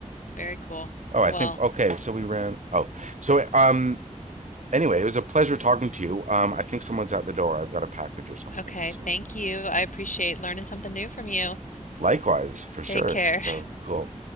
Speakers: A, on the left; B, on the right.
A: Very cool.
B: oh i
A: Well,
B: think okay so we ran oh so um Anyway, it was a pleasure talking to you. Um, I think someone's at the door. I've got a package or something.
A: okay.
B: So
A: Thank you. I appreciate learning something new from you.
B: likewise, for
A: Take
B: sure.
A: care.
B: So cool.